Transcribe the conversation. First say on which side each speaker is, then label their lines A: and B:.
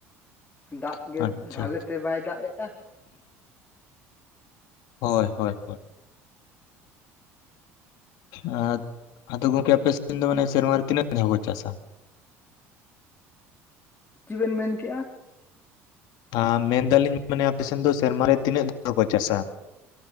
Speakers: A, on the left; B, on the left.
A: ᱫᱟᱜ
B: ᱵᱟᱝ
A: ᱜᱮ
B: ᱟᱪᱪᱷᱟ
A: ᱵᱷᱟᱞᱮ ᱛᱮ ᱵᱟᱭ ᱫᱟᱜᱮ-ᱟ᱾
B: ᱦᱳᱭ ᱦᱳᱭ ᱦᱳᱭ᱾ ᱟᱸ ᱟᱫᱚ ᱜᱚᱝᱠᱮ ᱟᱯᱮ ᱥᱮᱱ ᱫᱚ ᱢᱟᱱᱮ ᱥᱮᱨᱢᱟ ᱨᱮ ᱛᱤᱱᱟᱹᱜ ᱫᱷᱟᱣ ᱠᱚ ᱪᱟᱥᱟ?
A: ᱪᱮᱜ ᱵᱮᱱ ᱢᱮᱱ ᱠᱮᱫ-ᱟ?
B: <inaudible> ᱢᱮᱱᱫᱟᱞᱤᱧ ᱢᱟᱱᱮ ᱟᱯᱮᱥᱮᱱ ᱫᱚ ᱥᱮᱨᱢᱟᱨᱮ ᱛᱤᱱᱟᱹᱜ ᱫᱷᱟᱣ ᱠᱚ ᱪᱟᱥᱟ?